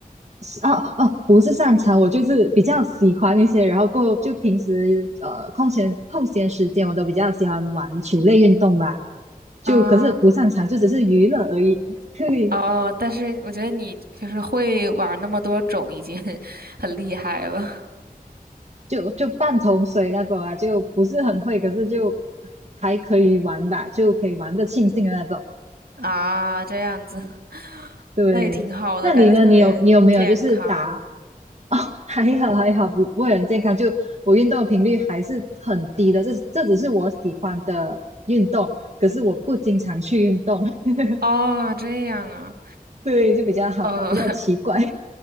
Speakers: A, on the right (about 45°); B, on the right (about 85°).
A: 哦哦，不是擅长，我就是比较喜欢一些，然后过后就平时呃空闲空闲时间，我都比较喜欢玩球类运动吧。就可是不擅长，
B: <laughs> 啊。
A: 就只是娱乐而已。<laughs> 对，
B: 哦，但是我觉得你就是会玩那么多种，已经 <laughs> 很厉害了
A: 就就半桶水那种啊，就不是很会，可是就还可以玩吧，就可以玩的庆幸的那种。
B: 啊。这样子，<laughs>
A: 对，
B: 那也挺好的，
A: 那你呢？
B: 感觉特别健康。
A: 你有你有没有就是打哦？还好还好，不不会很健康。就我运动的频率还是很低的，这这只是我喜欢的运动，可是我不经常去运动，<laughs>
B: 哦，这样啊，
A: 对，就比较好，
B: 哦，
A: 比较奇怪
B: <laughs>